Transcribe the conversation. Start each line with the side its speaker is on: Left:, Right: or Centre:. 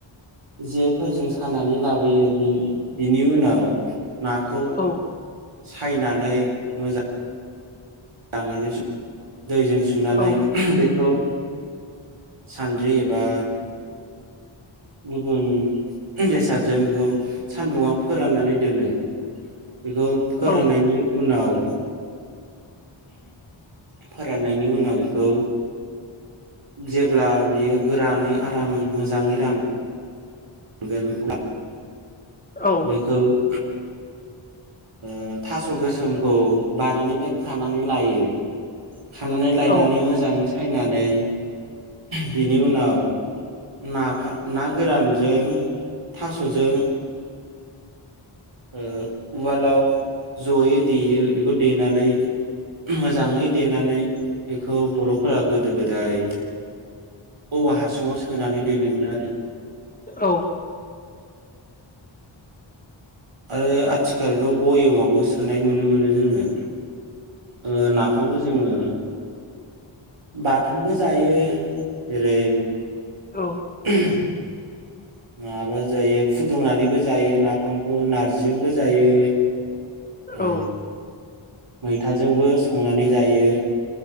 Right: जेफोरजों सानानै लाबोयो बिनि बिनि उनाव नाखौ
Left: औ
Right: सायनानै मोजां मोजाङैनो <inaudible> दैजों सुनानै
Left: औ
Right: बेखौ सान्द्रि एबा गुबुन बेसादजों बेखौ सान्दुङाव फोराननानै दोनो। बेखौ फोराननायनि
Left: औ
Right: उनाव फोराननायनि उनाव बेखौ जेब्ला बियो गोरानै आराम मोजाङै रान गोन ना
Left: औ
Right: बेखौ <inaudible> ओ थास' गोसोमखौ बारिनिफ्राय खानानै लायो। खानानै लायनानै
Left: औ
Right: मोजाङै सायनानै बिनि उनाव नाफा ना गोरानजों थास'जों ओ उवालाव जयै देयो बेखौ देनानै मोजाङै देनानै बेखौ बर'फोरा गोदो-गोदाय औवा हासुङाव सोनानै दोनोमोन आरो।
Left: औ।
Right: ओ आथिखालथ' बयेमाबो सोनाय नुनो मोनो जोङो ओ ना फामखौ जोङो बाथोनबो जायो जेरै
Left: औ।
Right: <inaudible> माबा जायो फुदुंनानैबो जायो नाफामखौ नारजिजोंबो जायो। ओ
Left: औ
Right: मैथाजोंबो संनानै जायो।